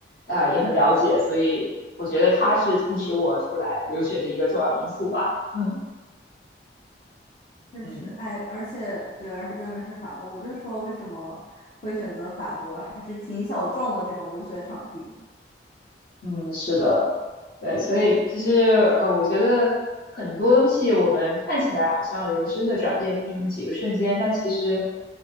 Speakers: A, on the left; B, on the left.
A: 啊、也很了解，所以我觉得他是促使我出来留学的一个重要因素吧。<laughs>
B: 确实，
A: 嗯。
B: 哎，而且对，而且专门是法国，我就说为什么会选择法国，还是挺小众的这种留学场地。
A: 嗯，是的，对，所以其实呃，我觉得很多东西我们看起来好像人生的转变就是那么几个瞬间，但其实